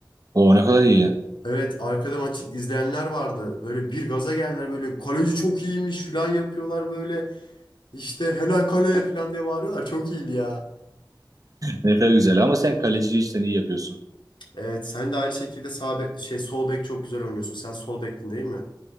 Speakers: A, on the right; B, on the left.
A: O ne kadar iyi.
B: Evet arkada maç izleyenler vardı. Böyle bir gaza geldiler böyle kaleci çok iyiymiş falan yapıyorlar böyle. İşte helal kale falan diye bağırıyorlar. Çok iyiydi ya.
A: Ne kadar güzel ama sen kaleciyi işten iyi yapıyorsun.
B: Evet sen de aynı şekilde sağ bek- şey sol bek çok güzel oynuyorsun. Sen sol bektin değil mi?